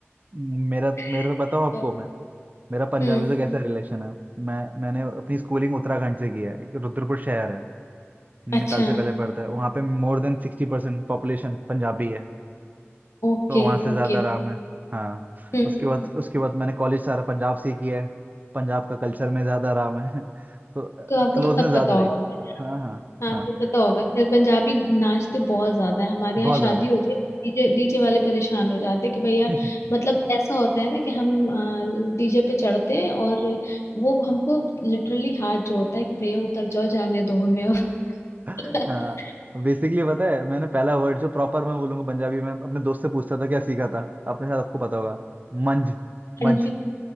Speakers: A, on the right; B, on the left.
A: मेरा
B: <laughs>
A: मेरा तो बताऊं आपको
B: तो,
A: मैं मेरा पंजाबी
B: हम्म
A: से कैसा रिलेशन है मैं मैंने अपनी स्कूलिंग उत्तराखंड से की है एक रुद्रपुर शहर है नैनीताल
B: अच्छा
A: से पहले पड़ता है वहाँ पे मोर देन सिक्सटी परसेंट पॉपुलेशन पंजाबी है
B: Okay
A: तो वहाँ से
B: okay
A: ज़्यादा आराम है हाँ
B: हम्म
A: उसके बाद उसके बाद मैंने कॉलेज सारा पंजाब से ही किया है पंजाब का कल्चर में ज़्यादा आराम है <laughs> तो
B: तो आपको
A: क्लोजनेस
B: तो सब
A: ज़्यादा
B: पता होगा
A: रही हाँ हाँ
B: हाँ
A: हाँ
B: तो पता होगा फिर पंजाबी नाचते बहुत ज्यादा है हमारे
A: बहुत
B: यहाँ शादी
A: ज़्यादा
B: होती है डीजे डीजे वाले परेशान हो जाते हैं कि भैया
A: <laughs>
B: मतलब ऐसा होता है ना कि हम डीजे पे चढ़ते हैं और वो हमको लिटरली हाथ जोड़ता है कि भैया उतर जाओ जाने दो हमें अब
A: हाँ
B: <laughs>
A: बेसिकली पता है मैंने पहला वर्ड जो प्रॉपर मैं बोलूंगा पंजाबी में अपने दोस्त से पूछता था क्या सीखा था अपने साथ आपको पता होगा मंज मंज
B: हाँ जी